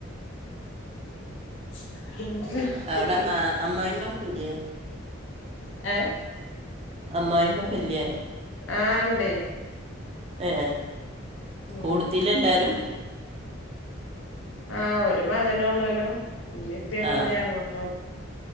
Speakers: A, on the left (about 70°); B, on the right (about 30°).
A: <unintelligible>
B: അവിടെ ആ, അമ്മായിമ്മക്കില്ലേ
A: ഏ
B: അമ്മയ്മ ക്കില്ലേ
A: ആണ്ട്
B: ഏഹ്
A: ഉം
B: കൂടുത്തില്ല എല്ലരും
A: ആഹ് ഒരു മകനെ ഒള്ളല്ലോ ഉമ്മം ഇപ്പൊക്കണ്ട്
B: ആ
A: ഞങ്ങളപ്പം